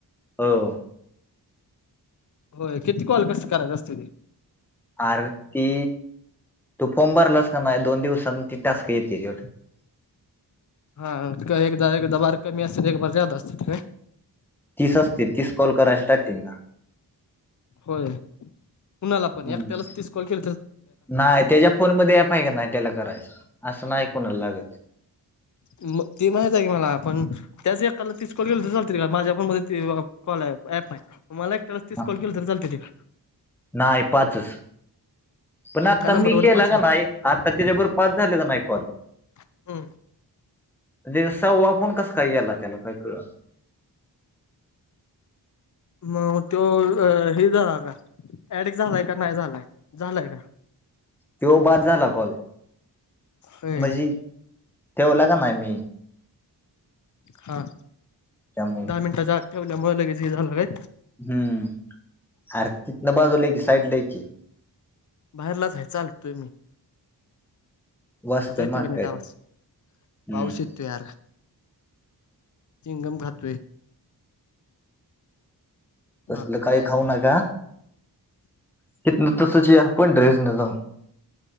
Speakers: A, in the centre; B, on the left (about 45°).
A: हो
B: होय, किती कॉल कसं करायचं असते ते?
A: अरे ती तू फॉर्म भरलासं का. नाही दोन दिवसनी ती टास्क येत्याती वाड
B: हा एकदा, एकदा बार कमी असते एक बार जास्त असते काय?
A: तीस असते तीस कॉल करायच स्टार्टिंगला.
B: बर कोणाला पण
A: हम्म
B: एकट्यालाचं तीस कॉल केल?
A: नाही त्याच्या फोन मध्ये ॲप आहे का नाही त्याला करायच असं नाही कोणाला लागत.
B: मग ते माहित आहे कि मला पण त्याच एकला तीस कॉल गेल तर चाल त माझ्या मध्ये कॉल अँप आहे. मला एकट्याला तीस
A: हा.
B: कॉल केला तर चालतील का?
A: नाही पाचचं. पण आता
B: एका नंबरवर
A: मी केला
B: पाच
A: नाही आता त्याच्याबरोबर पाच झालं का नाही कॉल?
B: हम्म.
A: त्याचा सहावा फोन कसं काय गेला त्याला कळल नाही?
B: मग तो हे झाला का ऍड झालाय का नाही झालाय का?
A: तो बाद झाला कॉल,
B: होय.
A: म्हणजे? ठेवला का नाही मी.
B: हा
A: त्यामुळे
B: दहा मिनिटाच्या आत ठेवल्यामुळे लगेच हे झालं व्हय?
A: हम्म, आरं तिथेनं बाजूला ये की साईड ये कि.
B: बाहेरलाच आहे चालतोयं मी.
A: वाचते
B: आता येतोय
A: मग
B: की नीट
A: काय
B: आवाज?
A: हम्म
B: पाऊस येतो यार. चिंगम खातोय.
A: तसलं
B: बाकी
A: काही
B: काय?
A: खाऊ नका तिथनं तसच यार पंढरीस ना जाऊ.